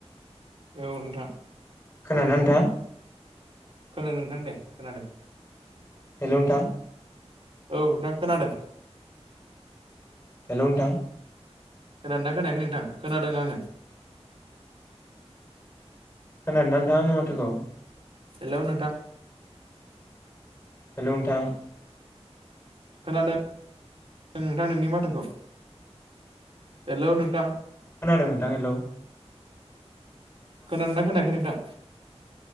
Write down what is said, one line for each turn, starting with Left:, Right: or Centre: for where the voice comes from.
Right: औ नोंथां
Left: खोनाना नोंथां
Right: खोनादों नोंथां दे खोनादों
Left: हेलौ नोंथां
Right: औ नोंथां खोनादों
Left: हेल' नोंथां
Right: खोनादोंना खोनायाखै नोंथां खोनादों आङो
Left: खोनादों ना नोंथां आंनि माथोखौ
Right: हेलौ नोंथां
Left: हेलौ नोंथां
Right: खोनादों नोंथां नोंनि माथाखौ हेलौ नोंथां
Left: खोनादों नोंथां हेलौ
Right: खोनादों ना खोनायाखै नोंथां